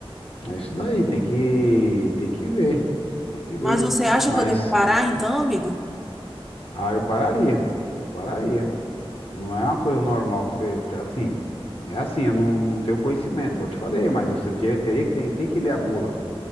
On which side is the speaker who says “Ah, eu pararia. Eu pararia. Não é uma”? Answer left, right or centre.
Left